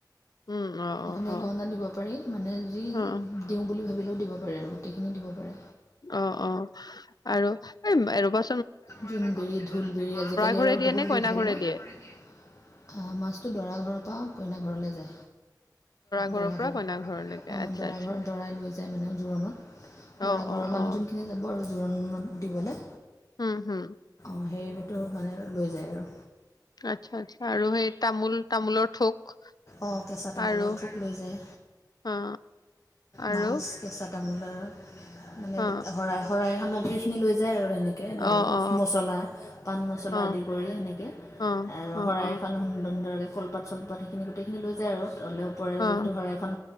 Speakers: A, on the left; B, on the left.
A: উম, অ', অ',
B: অসমীয়া
A: অ',
B: গহনা দিব পাৰি মানে যি
A: অ',
B: দিওঁ বুলি ভাবি দিব পাৰে আৰু গোটেইখিনি দিব পাৰে।
A: অহ অহ আৰু এই ৰবা
B: জোনবিৰি ঢোলবিৰি আজিকালি
A: ঘৰে
B: আৰু
A: দিয়ে
B: বহুত
A: নে
B: বহুত
A: কইনা
B: হল
A: ঘৰে
B: ন
A: দিয়ে?
B: মাছতো দৰা ঘৰৰ পৰা কইনা ঘৰলে যে
A: ঘৰৰ
B: দৰা
A: পৰা
B: ঘৰত
A: কইনা ঘৰলৈকে
B: অহ
A: আচ্ছা
B: দৰা
A: আচ্ছা
B: ঘৰত দৰাই লৈ যায় মানে জোৰোণত
A: অ
B: দৰা
A: অ
B: ঘৰৰ মানুহ
A: অ
B: যোনখিনি যাব আৰু জোৰোণত দিবলে।
A: উম হম
B: অঁ সেইটো মানে লৈ যায় আৰু
A: আচ্ছা আচ্ছা আৰু সেই তামোল তামোলৰ থোক
B: অঁ কেঁচা তামোলৰ
A: আৰু
B: থোক লৈ যায়
A: অ আৰু
B: মাছ কেচা তামোলৰ মানে
A: অ
B: শৰাই শৰাইৰ সামগ্ৰীখিনি লৈ যায় আৰু সেনেকৈ ধৰক
A: অ অ
B: মছলা পাণ মছলা
A: অ অ
B: আদি কৰি সেনেকৈ
A: অ
B: আৰু
A: অ
B: শৰাই
A: অ
B: এখন সু সুন্দৰকৈ কলপাত চলপাত সেইি গটেইখিনি লৈ যায় আৰু ত'লে ওপৰে
A: অ
B: যিহেতু শৰাইখন